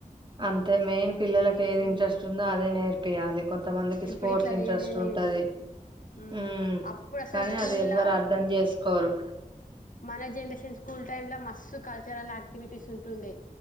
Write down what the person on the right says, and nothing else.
అంతే మెయిన్ పిల్లలకి ఏది
ఇంట్రెస్ట్ ఉందో అదే నేర్పియాలి కొంతమందికి
స్పోర్ట్స్
ఇంట్రెస్ట్
ఉంటది
ఉహ్
కానీ
అది ఎవ్వరు అర్థం చేసు కోరు